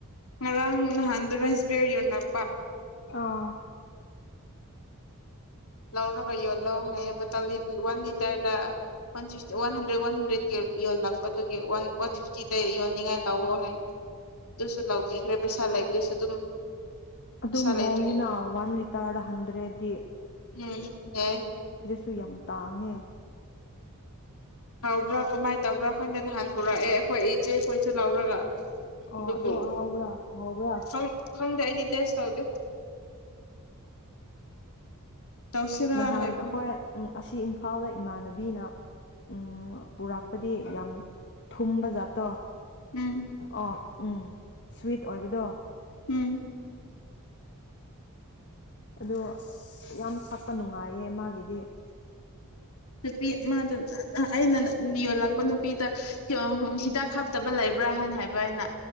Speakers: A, on the left; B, on the left.
A: ꯉꯔꯥꯡ ꯅꯍꯥꯟꯗꯨꯔꯥꯏ ꯒ꯭ꯔꯦ ꯌꯣꯟꯅꯛꯄꯥ
B: ꯑꯥ
A: ꯂꯧꯔꯒ ꯌꯣꯜꯂꯣ ꯍꯥꯏꯌꯦꯕ <unintelligible> ꯋꯥꯟ ꯂꯤꯇꯔꯗ ꯋꯥꯁꯤꯁ ꯋꯥꯟ ꯍꯟꯗ꯭ꯔꯦꯠ ꯋꯥꯟ ꯍꯟꯗ꯭ꯔꯦꯠ ꯌꯣꯟ ꯌꯣꯜꯂꯛꯄꯗꯨꯒꯤ ꯋꯥꯟ ꯋꯥꯟ ꯐꯤꯐꯇꯤꯗ ꯌꯣꯟꯅꯤꯡꯉꯥꯏ ꯂꯧꯑꯣ ꯍꯥꯏꯅ ꯑꯗꯨꯨꯁꯨ ꯂꯥꯎꯕꯤꯈ꯭ꯔꯦ ꯄꯩꯁꯥ ꯂꯩꯥꯏꯕꯤꯗꯨꯁꯨ ꯑꯗꯨꯝ
B: ꯑꯗꯨꯝ
A: ꯄꯩꯁꯥ ꯂꯩꯇ꯭ꯔꯦ
B: ꯍꯣꯡꯉꯤꯅ ꯋꯥꯟ ꯂꯤꯇꯔꯗ ꯍꯟꯗ꯭ꯔꯦꯗꯤ
A: ꯎꯝ ꯌꯥꯏ
B: <unintelligible> ꯌꯥꯝ ꯇꯥꯡꯉꯦ
A: ꯍꯧꯕ꯭ꯔꯥ ꯀꯃꯥꯏꯅ ꯇꯧꯕ꯭ꯔꯥ ꯈꯪꯗꯦ ꯅꯍꯥꯟ ꯄꯨꯔꯛꯑꯦ ꯑꯩꯈꯣꯏ ꯏꯆꯦꯈꯣꯏꯁꯨ ꯂꯧꯔꯒ
B: ꯑꯣ
A: ꯏꯗꯨꯕꯣ
B: ꯑꯗꯣ ꯍꯥꯎꯕ꯭ꯔꯥ ꯍꯥꯎꯕ꯭ꯔꯥ
A: ꯈꯪ ꯈꯪꯗꯦ ꯑꯩꯗꯤ ꯇꯦꯁ ꯇꯥꯎꯗꯦ ꯇꯧꯁꯤꯔꯥ
B: ꯅꯍꯥꯟ
A: ꯍꯥꯏꯕꯅꯤ
B: ꯑꯈꯣꯏ ꯑꯁꯤ ꯏꯝꯐꯥꯜꯗ ꯏꯃꯥꯟꯅꯕꯤꯅ ꯎꯝ ꯄꯨꯔꯥꯛꯄꯗꯤ ꯌꯥꯝ ꯊꯨꯝꯕ ꯖꯥꯠꯇꯣ
A: ꯎꯝ
B: ꯑꯣ ꯎꯝ ꯁ꯭ꯋꯤꯠ ꯑꯣꯏꯕꯗꯣ
A: ꯎꯝ
B: ꯑꯗꯣ ꯌꯥꯝ <unintelligible> ꯃꯥꯒꯤꯗꯤ
A: ꯅꯨꯄꯤ <unintelligible> ꯑꯩꯅꯅ ꯌꯣꯜꯂꯛꯄ ꯅꯨꯄꯤꯗ <unintelligible> ꯍꯤꯗꯥꯛ ꯍꯥꯞꯇꯕ ꯂꯩꯕ꯭ꯔꯥ ꯍꯥꯏꯅ ꯍꯥꯏꯕ ꯑꯩꯅ